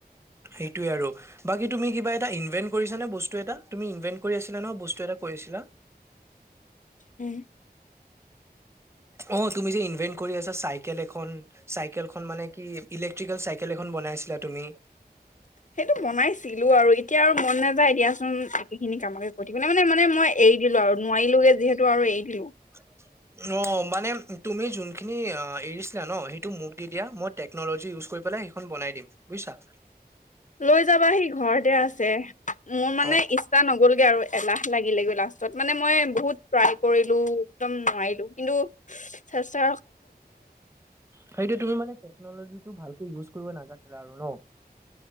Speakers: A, on the right; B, on the left.
A: সেইটোয়ে আৰু বাকী তুমি কিবা এটা ইনভেন্ট কৰিছ নে বস্তু এটা তুমি ইনভেন্ট কৰি আছিলা ন বস্তু এটা? কৰিছিলা।
B: হ
A: উ <unintelligible> অ' তুমি যে ইনভেন্ট কৰি আছা চাইকেল এখন চাইকেলখন মানে কি ইলেক্ট্ৰিকেল চাইকেল এখন বনাই ছিলা তুমি?
B: সেইটো বনাইছিলো আৰু এতিয়া আৰু মন নাযায় দিয়াচোন একেখিনি কামকে কৰি থাকিব ন মানে মানে মই এৰি দিলো। আৰু নোৱাৰিলোগে যিহেতু আৰু এৰি দিলো।
A: <inaudible> অ' মানে তুমি যোনখিনি এৰিছিলা ন সেইটো মোক দি দিয়া মই টেকনলজি ইউজ কৰি পেলাই সেইখন বনাই দিম বুজিছা?
B: লৈ যাবাহি, ঘৰতে আছে। মোৰ
A: হয়।
B: মানে ইচ্ছা নগ'লগে আৰু এলাহ লাগিলেগে লাষ্টত মানে মই বহুত ট্ৰাই কৰিলো একদম নোৱাৰিলো কিন্তু চেষ্টা
A: সেইটো তুমি মানে টেকনলজিটো ভালকে ইউজ কৰিব নাজানিলা আৰু ন?